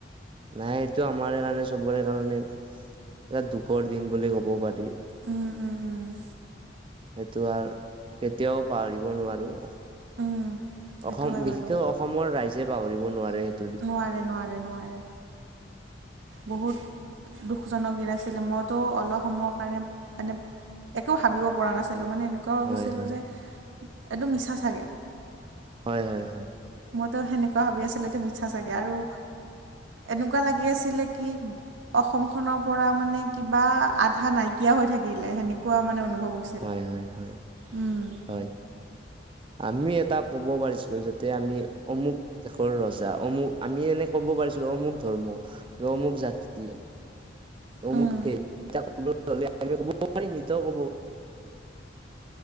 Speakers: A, on the right; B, on the right.
A: নাই, এইটো আমাৰ কাৰণে, চবৰে কাৰণে, এটা দুঃখৰ দিন বুলি ক'ব পাৰি',
B: উম', - উম', - উম',
A: সেইটো আৰু, কেতিয়াও পাহৰিব নোৱাৰোঁ,
B: উম সেইটো
A: অসম
B: হয়
A: বিশেষকৈ
B: বাৰু।
A: অসম', অসমৰ ৰাইজে পাহৰিব নোৱাৰে সেই',
B: নোৱাৰে - নোৱাৰে - নোৱাৰে', বহুত, দু্ঃখজনক দিন আছিলে, মইতো অলপ সময়ৰ কাৰণে, মানে', একো ভাবিব পৰা নাছিলোঁ মানে এনেকুৱা হৈ
A: হয়
B: গৈছিলোঁ
A: হয়
B: যে, একদম মিছা চাগে',
A: হয় - হয় - হয়',
B: মইতো সেনেকুৱা ভাবি আছিলোঁ এইটো মিছা চাগে আৰু, এনেকুৱা লাগি আছিলে', কি', অসমখনৰ পৰা মানে কিবা, আধা নাইকিয়া হৈ থাকিলে, সেনেকুৱা মানে অনুভৱ হ'ল',
A: হয় -হয় -হয়',
B: উম',
A: হয়', আমি এটা ক'ব পাৰিছিলোঁ যাতে আমি, অমুক', দেশৰ ৰজা অমুক, আমি এনে ক'ব পাৰিছিলোঁ অমুক ধৰ্ম, অমুক জাতি', অমুক
B: উম
A: কেইটা অমুক চলে আ', <unintelligible>